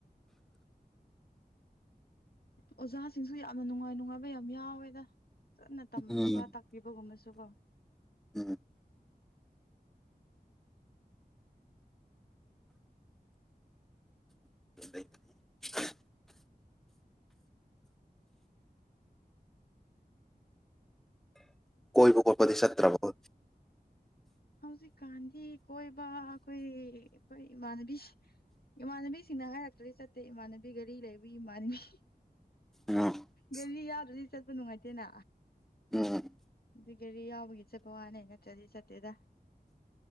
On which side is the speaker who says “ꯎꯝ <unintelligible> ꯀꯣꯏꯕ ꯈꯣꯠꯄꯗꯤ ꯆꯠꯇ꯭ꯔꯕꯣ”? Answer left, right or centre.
Centre